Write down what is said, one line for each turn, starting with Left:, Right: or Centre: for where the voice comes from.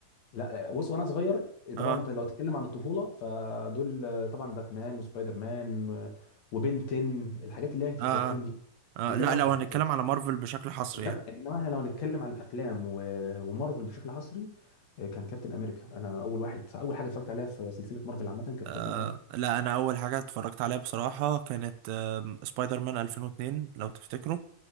Left: لا بص وانا صغير
Right: اه
Left: طبعا انت لو تتكلم عن الطفوله فدول طبعا باتمان وسبايدر مان و- وبنتن الحاجات اللي هي في
Right: اه
Left: الكرتون
Right: اه
Left: دي دي
Right: آه، لا
Left: طبعا
Right: لو
Left: كانت
Right: هنتكلم على مارفل بشكل حصري
Left: إنما
Right: يعني
Left: إنما احنا لو نتكلم عن الافلام و- ومارفل بشكل حصري كان كابتن امريكا انا اول واحد فاول حاجه اتفرجت عليها في سلسله مارفل عامه كانت
Right: آه
Left: كابتن امريكا
Right: لا انا اول حاجه اتفرجت عليها بصراحه كانت آه سبايدر مان 2002 لو تفتكروا